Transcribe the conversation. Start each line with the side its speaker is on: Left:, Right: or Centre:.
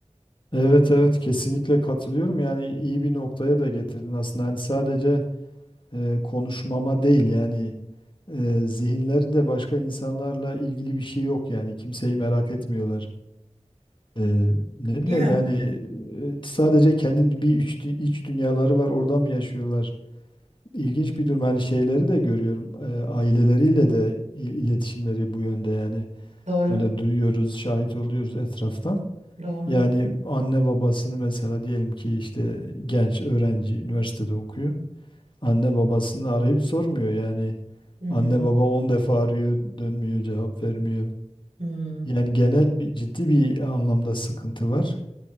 Left: Evet evet kesinlikle katılıyorum. Yani iyi bir noktaya da getirdin aslında. Hani sadece e, konuşmama değil yani e, zihinlerinde başka insanlarla ilgili bir şey yok yani kimseyi merak etmiyorlar. Ee, ne bileyim
Right: Değil mi?
Left: yani e, sadece kendi bir üç, dü- iç dünyaları var orada mı yaşıyorlar? İlginç bir durum. Hani şeyleri de görüyorum. e, aileleriyle de i- iletişimleri bu yönde yani.
Right: Doğru.
Left: Öyle duyuyoruz, şahit oluyoruz etraftan.
Right: Doğru.
Left: Yani anne babasını mesela diyelim ki işte genç öğrenci üniversitede okuyor. Anne babasını arayıp sormuyor yani.
Right: Hı hı.
Left: Anne baba 10 defa arıyor, dönmüyor, cevap vermiyor.
Right: Hı.
Left: Yani genel bir ciddi bir anlamda sıkıntı var.